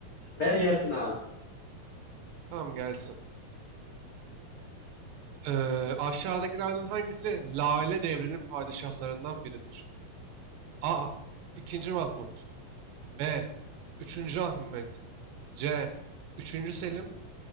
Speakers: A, on the left (about 30°); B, on the right (about 80°).
A: Ver gelsin abi.
B: Tamam gelsin. Eee, aşağıdakilerden hangisi Lale devrinin padişahlarından biridir? A. 2. Mahmut B. Üçüncü Ahmet C. Üçüncü Selim